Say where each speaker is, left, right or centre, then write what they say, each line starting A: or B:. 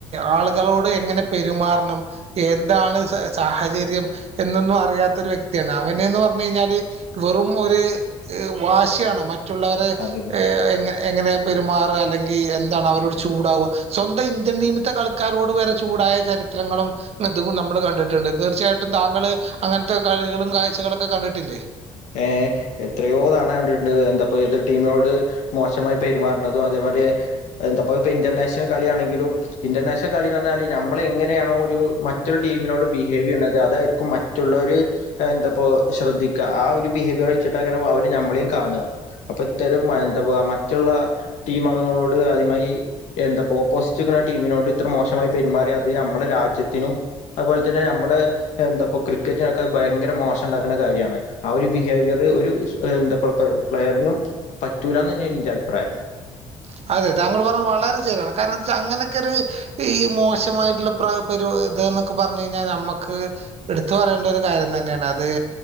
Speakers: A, on the right; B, on the left.
A: ആളുകളോട് എങ്ങനെ പെരുമാറണം, എന്താണ് സ് സ ഹചര്യം എന്ന ന്നും അറിയാത്തൊരു വ്യക്തിയാണ്. അവനന്ന് പറഞ്ഞ് കഴിഞ്ഞാല് വെറും ഒരു വാശിയാണ് മറ്റ മറ്റുള്ളവരെ
B: അതെ
A: ഏ എങ്ങനെ എങ്ങനെ പെരുമാറുക, അല്ലെങ്കിൽ എന്താണ് അവരോട് ചൂടാവുക, സ്വന്തം ഇന്ത്യൻ ടീമിൽത്തെ കളിക്കാരോട് വരെ ചൂട ണ്ടായ ചരിത്രങ്ങളും ങ്ങതും നമ്മള് കണ്ടിട്ടുണ്ട്. തീർച്ചയായിട്ടും താങ്കൾ അങ്ങനത്തെ കളികളും കാഴ്ചകളൊക്കെ കണ്ടിട്ടില്ലേ
B: ഏ എത്രയോ തവണ കണ്ടിട്ടുണ്ട്, എന്താപ്പ എതിർ ടീമിനോട് മോശമായി പെരുമാറുന്നതും അതേ അതെ, അത് നമ്മളിപ്പ ഇന്റർനാഷണൽ കളിയാണെങ്കിലും ഇന്റർനാഷണൽ കളിന്ന് പറഞ്ഞാല് നമ്മൾ എങ്ങനെയാണോ ഒരു മറ്റൊരു ടീമിനോട് ബിഹേവ് ചെയ്യ്ണത്, അതായിരിക്കും മറ്റുള്ളവര് എന്തപ്പൊ ശ്രദ്ധിക്ക ഒരു ബിഹേവിയർ വെച്ചിട്ട് അവര് ഞമ്മളെയും കാണുക അപ്പൊ ഇത്തരം എന്തപ്പോ മറ്റുള്ള ടീം അംഗങ്ങളോട് ആദ്യമായി എന്താപ്പോ ഓപ്പോസിറ്റുക നമ്മളെ ടീമിനോട് ഇത്ര മോശമായി പെരുമാറിയ അത് നമ്മുടെ രാജ്യത്തിനും അതുപോലെ തന്നെ നമ്മള് എന്താപ്പ ക്രിക്കറ്റിനൊക്കെ ഭയങ്കര മോശം ഉണ്ടാക്കണ കാര്യാണ് ആ ഒരു ബിഹേവിയർ ഒരു എന്താ പറയാ പ്ലെയറിനും പറ്റൂലാന്ന് തന്നെയാണ് എന്റെ അഭിപ്രായം
A: <inaudible> അതെ താങ്കൾ പറഞ്ഞാൽ വളരെ ശെരിയാണ് കാരണം എന്താ വെച്ചാൽ അങ്ങനെയൊക്കെ ഒരു ഈ മോശമായിട്ടുള്ള പ്ര പെരു ഇത് എന്നൊക്കെ പറഞ്ഞ കഴിഞ്ഞാൽ നമ്മക്ക് എടുത്ത പറയണ്ട ഒരു കാര്യം തന്നെയാണ് അത്